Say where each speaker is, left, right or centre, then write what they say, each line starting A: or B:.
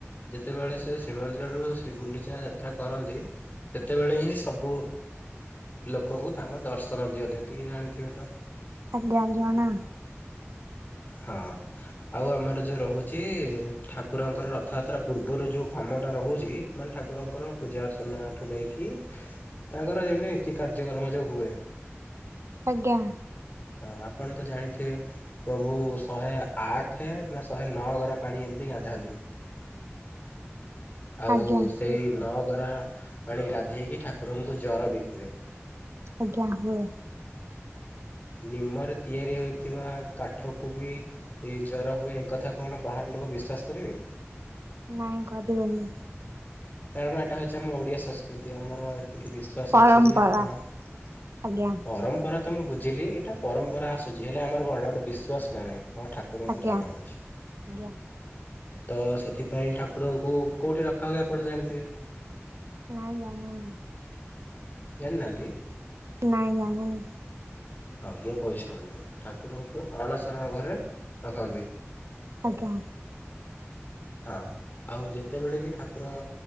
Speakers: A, on the left; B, on the right.
A: ଯେତେବେଳେ ସେ ଶ୍ରୀମନ୍ଦିରରୁ ଶ୍ରୀ ଗୁଣ୍ଡିଚା ଯାତ୍ରା କରନ୍ତି। ସେତେବେଳେ ହିଁ, ସବୁ ଲୋକଙ୍କୁ ତାଙ୍କ ଦର୍ଶନ ଦିଅନ୍ତି, ଏତିକି ଜାଣିଥିବେ ତ
B: ଆଜ୍ଞା, ଜଣା।
A: ହଁ, ଆଉ ଆମର ଯୋଉ ରହୁଛି, ଠାକୁରଙ୍କର ରଥଯାତ୍ରା ପୂର୍ବରୁ ଯେଉଁ କାମଟା ରହୁଛି, ମାନେ ଠାକୁରଙ୍କର ପୂଜା ଅର୍ଚ୍ଚନାଠୁ ନେଇକି ତାଙ୍କର ଯେମିତି ନୀତି କାର୍ଯ୍ୟକ୍ରମ ଯୋଉ ହୁଏ।
B: ଆଜ୍ଞା।
A: ହଁ, ଆପଣ ତ ଜାଣିଥିବେ। ପ୍ରଭୁ ଶହେ ଆଠେ ନା ଶହେ ନଅ ଘରା ପାଣି ଏମିତି ଗାଧାନ୍ତି।
B: <inaudible>
A: ଆଉ
B: ଆଜ୍ଞା ହେଇଥିବ
A: ସେଇ ନଅ ଗରା ପାଣି ଗାଧୋଇକି ଠାକୁରଙ୍କୁ ଜର ବି ହୁଏ।
B: ଆଜ୍ଞା, ହୁଏ।
A: ନିମରେ ତିଆରି ହୋଇଥିବା କାଠକୁ ବି ଏଇ ଜର ହୁଏ, ଏ କଥା କଣ ବାହାର ଲୋକ ବିଶ୍ଵାସ କରିବେ?
B: ନାଇଁ, ଘଡ଼ିବେନି।
A: କାରଣ ଏଇଟା ହଉଛି ଆମ ଓଡ଼ିଆ ସଂସ୍କୃତି। ଆମର ଏତିକି ବିଶ ଶ୍ୱାସ
B: ପରମ୍ପରା
A: ଅଛି, ଯେ ହଁ,
B: ଆଜ୍ଞା
A: ପରମ୍ପରା ତ ମୁଁ ବଝିଲି, ଏଟା ପରମ୍ପରା ଆସୁଛି। ହେଲେ ଆମର କଣ ଗୋଟେ ବିଶ୍ୱାସ ନା ନାହିଁ? ହଁ, ଠା ଠାକୁରଙ୍କୁ
B: ଆଜ୍ଞା
A: ଜର ହେଉଛି।
B: ଆଜ୍ଞା
A: ତ ସେଥିପାଇଁ ଠାକୁରଙ୍କୁ କେଉଁଠି ରଖାହୁଏ, ଆପଣ ଜାଣିଥିବେ?
B: ନାଇଁ, ଜାଣେନି।
A: ଜାଣି ନାହାନ୍ତି?
B: ନାଇଁ, ଜାଣେନି।
A: ହଉ, ମୁଁ କହି ଶୁଣନ୍ତୁ, ଠାକୁରଙ୍କୁ ଅଣସର ଘରେ ରଖନ୍ତି।
B: ଆଜ୍ଞା।
A: ହଁ, ଆଉ ଯେତେବେଳେ ବି ଠାକୁର